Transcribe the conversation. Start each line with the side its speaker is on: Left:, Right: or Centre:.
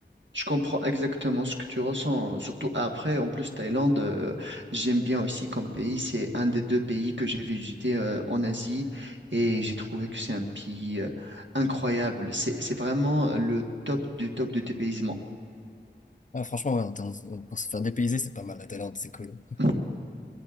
Right: Je comprends exactement ce que tu ressens, hein. surtout après. En plus, Thaïlande, euh, j'aime bien aussi comme pays. C'est un des deux pays que j'ai visité euh, en Asie et j'ai trouvé que c'est un pays euh, incroyable. C'est, c'est vraiment euh, le top du top du dépaysement.
Left: Ah, franchement, ouais, en termes- en- pour se faire dépayser, c'est pas mal la Thaïlande, c'est cool.
Right: <laughs>